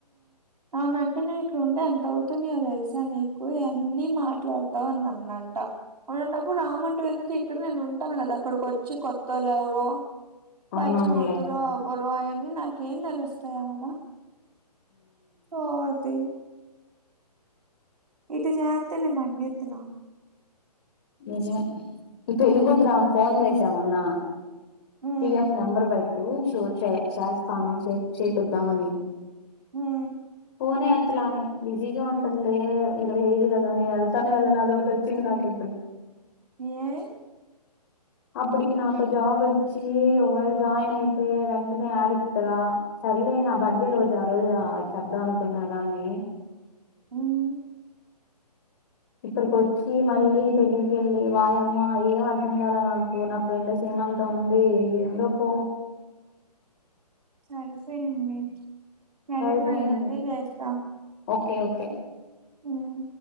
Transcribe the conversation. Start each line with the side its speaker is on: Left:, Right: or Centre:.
Right: అవనంటే నేను ఇక్కడ ఉంటే ఎంత అవుతున్నాయో తెలుసా నీకు అన్నిీ మాట్లాడతావు అనినన్నంట అలంటప్పుడు రామనటం ఎందుకు ఇక్కడ నేను ఉంటాను కదా అక్కడికొచ్చి కొత్తోళ్లెవరో
Left: అవునవునులే
Right: పచ్చిమూతురు అవ్వరు అయన్నీ నాకేం తెలుస్తాయడ ఆతి ఇట్ట జత్తనే మండిద్ది నా
Left: నిజమే ఈ పెళ్లికూతురం ఫోన్ చేసామున్నా
Right: హ్మ్
Left: పిఎఫ్ నంబరు బట్టు చు చె చేస్తాను చేపిద్దామని
Right: ఉమ్
Left: ఫోనే ఎత్తలామె బిజీగా ఉంటదులే ఇరవై ఐదు కదా నేను వెళ్తానే వెళ్ళనో అదొకటచ్చింది నాకిప్పుడు
Right: ఎ
Left: అప్పటికి నాకు జాబ్ వచ్చి ఒకవేళ జాయిన్ అయితే వెంటనే యాడ్ ఇత్తరా సర్లే నా బర్త్డే రోజ ఆ రోజ అది చెప్దాం అనుకున్నా గాని
Right: ఉమ్
Left: ఇక్కడికొచ్చి మళ్ళీ పెళ్లికెళ్ళి వాయమ్మ ఏం అర్ధం కాల నాకు నా ఫ్రెండ్స్ సి మంతం ఉంది ఎందోపో
Right: సరిపే నిమ్మి సరే
Left: సరిపోయింది
Right: మరి మళ్ళి చేస్తా
Left: ఓకే ఓకే
Right: ఉమ్